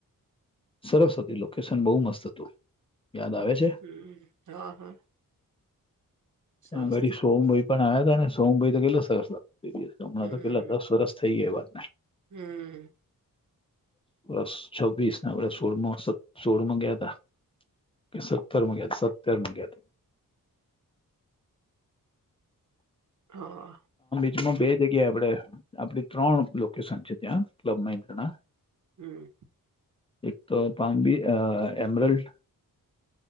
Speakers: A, on the left; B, on the right.
A: સરસ હતી લોકેશન બહુ મસ્ત હતું. યાદ આવે છે
B: હમ હા હા.
A: ત
B: સરસ
A: ઘડી સોમભાઈ પણ આયાત ને અને સોમભાઈ તો ગેલો સરસ હમણાં
B: હમ
A: તો પેલા દસ વરષ થઈ ગયા એ વાતને
B: હમ.
A: સ છવ્વીસ આપણે સોળમાં સત સોળમાં ગ્યાતા કે સત્તરમાં ગ સત્તરમાં ગયા ત?
B: હા.
A: જેમાં બે જગ્યા આપે આપડી ત્રણ લોકેશન છે ત્યાં ક્લબ મહેન્દ્રના
B: હમ.
A: એક તો પામ્બી એમરલ્ડ